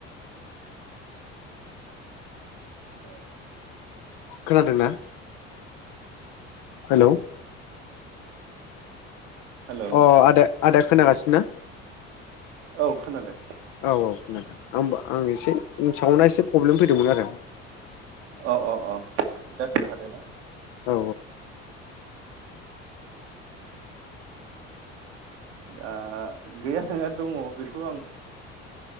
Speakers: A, on the right; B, on the left.
A: <inaudible>
B: खोनादों ना। हेलौ।
A: हेलौ
B: अ आदे आदे। खोनागासिनो ना।
A: औ खोनादों।
B: औ औ खोनादों आंबा आं एसे सावना एसे प्रब्लेम फैदोंमोन आरो।
A: अ अ अ दा खोनाखादों ने।
B: औ
A: दा गैया नङा दङ बेखौ